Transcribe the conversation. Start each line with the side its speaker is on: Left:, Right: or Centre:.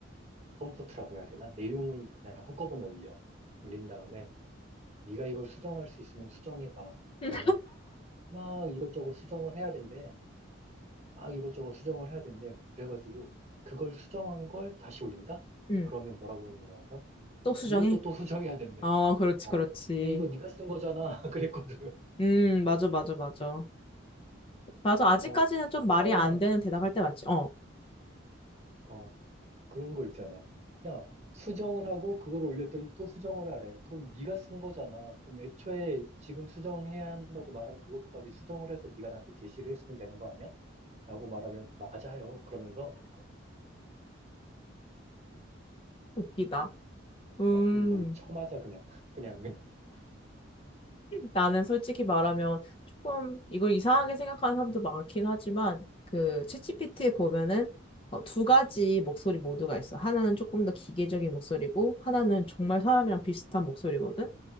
Right: 프롬프트라고 해야 되나? 내용을 그냥 한꺼번에 올려. 올린 다음에 네가 이걸 수정할 수 있으면 수정해봐. 그러면
Left: 음,
Right: 막 이것저것 수정을 해야 된대. 막 이것저것 수정을 해야 된대. 그래가지고 그걸 수정한 걸 다시 올린다?
Left: 음.
Right: 그러면
Left: <laughs>
Right: 뭐라 그러는 줄 알아?
Left: 또 수정해?
Right: 이것도 또 수정해야 된대.
Left: 어, 그렇지,
Right: 어.
Left: 그렇지.
Right: 야, 이거 네가 쓴 거잖아. <laughs> 그랬거든.
Left: 음, 맞아, 맞아, 맞아. 맞아, 아직까지는
Right: 어.
Left: 좀 말이
Right: 그러면
Left: 안 되는 대답할 때 맞지? 어,
Right: 어, 그런 거 있잖아. 야, 수정을 하고 그걸 올렸더니 또 수정을 하래. 그럼 네가 쓴 거잖아. 그럼 애초에 지금 수정해야 한다고 말한 그것까지 수정을 해서 네가 나한테 제시를 했으면 되는 거 아니야? 라고 말하면 맞아요. 그러면서
Left: 웃기다. 음.
Right: 맡긴 뭘 쳐맞아 그냥 탁 그냥 그냥. <laughs>
Left: 나는 솔직히 말하면 조금 이걸 이상하게 생각하는 사람도 많긴 하지만 그 챗GPT에 보면은 어, 두 가지 목소리 모두가 있어. 하나는 조금 더 기계적인 목소리고 하나는 정말 사람이랑 비슷한 목소리거든.